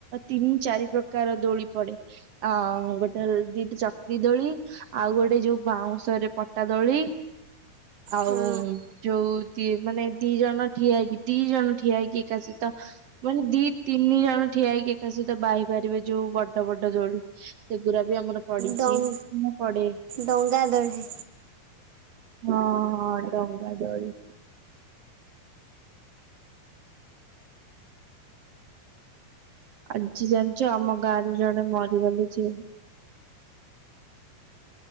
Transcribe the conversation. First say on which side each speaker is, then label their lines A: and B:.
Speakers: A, on the right; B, on the right.
A: ତିନି ଚାରି ପ୍ରକାର ଦୋଳି ପଡେ। ହଁ ଗୋଟେ ଦିଟି ଚକ୍ରି ଦୋଳି ଆଉ ଗୋଟେ ଯୋଉ ବାଉଁଶ ରେ ପଟା ଦୋଳି ଆଉ
B: ହଁ
A: ଯୋଉ ଦି ମାନେ ଦି ଜଣ ଠିଆ ହେଇକି ଦି ଜଣ ଠିଆ ହେଇକି <unintelligible> ମାନେ ଦି ତିନି ଜଣ ଠିଆ ହେଇକି ଏକା ସହିତ ବାହି ପାରିବେ ଯୋଉ ବଡ-ବଡ ଦୋଳି ସେଗୁରା ବି ଆମର ପଡିଚି,
B: ଡଙ୍ଗ
A: ମୁଁ ପଡ଼େ।
B: ଡଙ୍ଗା ଦୋଳି
A: ହଁ-ହଁ ଡଙ୍ଗା ଦୋଳି। ଆଜି ଜାଣିଚ ଆମ ଗାଁରେ ଜଣେ ମରିଗଲେ ଯେ।